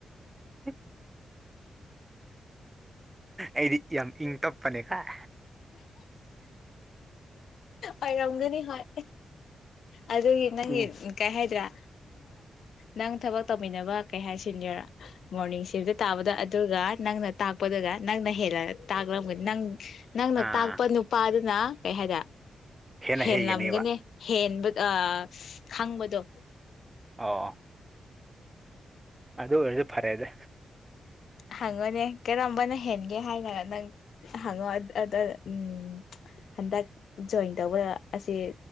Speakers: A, on the right; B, on the left.
A: ꯍ <unintelligible> ꯑꯩꯗꯤ ꯌꯥꯝ ꯏꯪ ꯇꯞꯄꯅꯦꯀꯥꯏ
B: ꯑꯣꯏꯔꯝꯒꯅꯤ ꯍꯣꯏ ꯑꯗꯨꯒꯤ ꯅꯪꯒꯤ
A: ꯎꯝ
B: ꯀꯩ ꯍꯥꯏꯗ꯭ꯔꯥ ꯅꯪ ꯊꯕꯛ ꯇꯧꯃꯤꯟꯅꯕ ꯀꯩ ꯍꯥꯏꯁꯤꯟꯒꯦꯔꯥ ꯃꯣꯔꯅꯤꯡ ꯁꯤꯐꯇ ꯇꯥꯕꯗ ꯑꯗꯨꯒ ꯅꯪꯅ ꯇꯥꯛꯄꯗꯨꯒ ꯅꯪꯅ ꯍꯦꯜꯂ ꯇꯥꯛꯂꯝꯒꯅꯤ ꯅꯪ ꯅꯪꯅ
A: ꯑꯥ
B: ꯇꯥꯛꯄ ꯅꯨꯄꯥꯗꯨꯅ ꯀꯩ ꯍꯥꯏꯒ
A: ꯍꯦꯟꯅ
B: ꯍꯦꯟꯂꯝꯒꯅꯤ
A: ꯍꯩꯒꯅꯦꯕ
B: ꯍꯦꯟꯕ ꯑ ꯈꯪꯕꯗꯣ
A: ꯑꯣ ꯑꯗꯨ ꯑꯣꯏꯔꯁꯨ ꯐꯔꯦꯅꯦ
B: ꯍꯪꯉꯣꯅꯦ ꯀꯔꯝꯕꯅ ꯍꯦꯟꯒꯦ ꯍꯥꯏꯅ ꯅꯪ ꯍꯪꯉꯣ ꯑꯗꯨ ꯎꯝ ꯍꯟꯗꯛ ꯖꯣꯏꯟ ꯇꯧꯕ ꯑꯁꯦ